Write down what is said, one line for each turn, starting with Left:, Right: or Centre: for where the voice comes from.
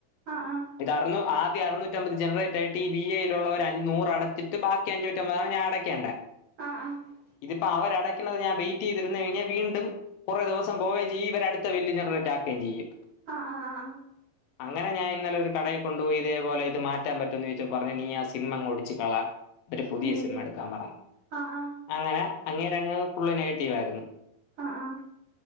Right: ആ ആ
Left: ഇതറന്നു ആ അറുന്നൂറ്റിമ്പത് ജനറേറ്റ് ആയിട്ട് ഈ വി എയിലുള്ള അൂറ് അട ച്ചിട്ട് ബാ ക്കി അഞ്ഞൂറ്റി ഒമ്പതാണ് ഞാൻ അടയ്ക്കേണ്ട
Right: ആ ആ
Left: ഇതിപ്പോ അവരട ക്ക്ണത് ഞാൻ വെയിറ്റ് ചെയ്തിരുന്നു കഴിഞ്ഞാൽ വീണ്ടും കുറെ ദിവസം പോവുകയും ചെയ്യ ഇവ അടുത്ത ബില്ല് ജനറേറ്റ് ആക്കുകയും ചെയ്യും
Right: ആ ആഹ് ആ
Left: അങ്ങനെ ഞാൻന്നലെ ഒരു കടയിൽ കൊണ്ട് പോയി ഇതേപല ഇത് മാറ്റാൻ പറ്റോന്ന് ചോദിച്ചൽഞ്ഞഞ് നീ ആ സിം അങ്ഓടിച്ചിക്കളാ ട്ട് പുതിയ
Right: അയ്യയ്യോ
Left: ഒര് സിമ എടുക്കാൻ പറഞ്ഞു
Right: ആ ആ
Left: അങ്ങനെ അങ്ങേരങ്ങ് ഫുള്ള് നെഗറ്റീവായിരുന്നു
Right: അ ആ